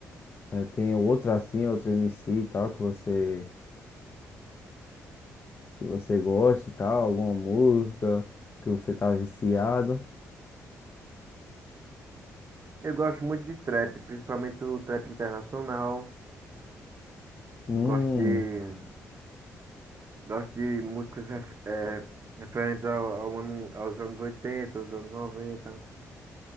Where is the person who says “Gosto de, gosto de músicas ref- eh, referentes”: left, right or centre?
Right